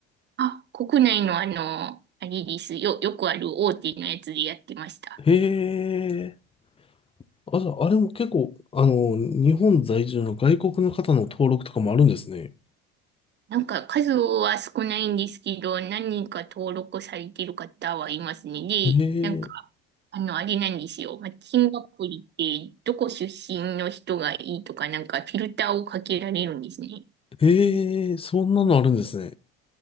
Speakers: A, on the right (about 35°); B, on the left (about 20°).
A: あ、国内のあの、あれです。よ、よくある大手のやつでやってました。
B: へえ。あ、じゃあ、あれも結構、あの、日本在住の外国の方の登録とかもあるんですね。
A: なんか数は少ないんですけど、何人か登録されてる方はいますね。で、
B: へえ、
A: なんか、あの、あれなんですよ。マッチングアプリって、どこ出身の人がいいとか、なんかフィルターをかけられるんですね。
B: へえ、そんなのあるんですね。